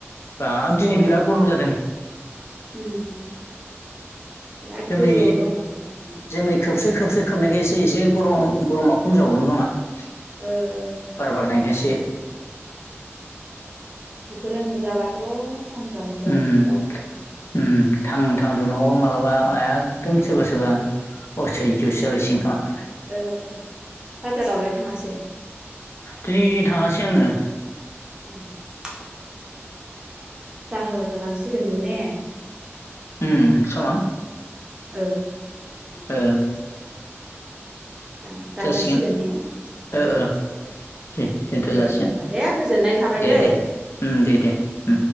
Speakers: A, on the left; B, on the right.
A: बाब दिनै
B: गरमफ्रानो
A: बिराद गरम
B: लासै
A: जादों
B: उम बिराद
A: जोमै
B: गोजौआव दंखो <unintelligible>
A: जोमै खोबसो खोबसो खोबनायखायससे इसे गरम गरमा खम जाबावदों खोमा <inaudible>
B: ओ ओ
A: बार बारनायखायसे
B: <unintelligible> बेफोरो नुजाबाथ' सानफ्रा नुजाबाथ'
A: उम
B: बिराद गरम जाग
A: उम थां थां दुंनांग' मालाबा एखदम सोरबा सोरबा असैज्य' <unintelligible>
B: औ बाजारावलाय थाङासै?
A: दिनै थाङासै आङो।
B: <unintelligible> जाहो होलांसिगोनबो ने?
A: उम समा
B: ओ।
A: ओ।
B: दा दानजासिगोन
A: जासिगोन
B: ने?
A: ओ ओ दे दोनथ'
B: दे
A: जासिगोन
B: होमबा दे गोजोननाय थाबाय
A: दे
B: दै
A: दे
B: <inaudible>
A: उम दे दे उम